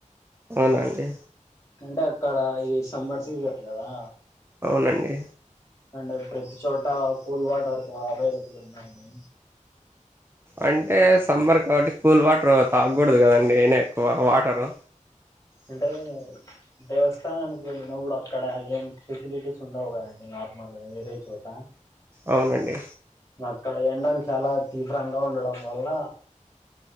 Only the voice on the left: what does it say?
అంటే అక్కడ ఇది సమ్మర్ సీజన్ కదా
అంటే ప్రతి చోట కూల్ వాటర్ బా అవైలబుల్ ఉందండి
అంటే దేవస్థానానికి వెళ్ళినప్పుడు అక్కడ ఏం ఫెసిలిటీస్ ఉండవు కదండి నార్మల్ గా వేరే చోట
అక్కడ ఎండలు చాలా తీవ్రంగా ఉండడం వల్ల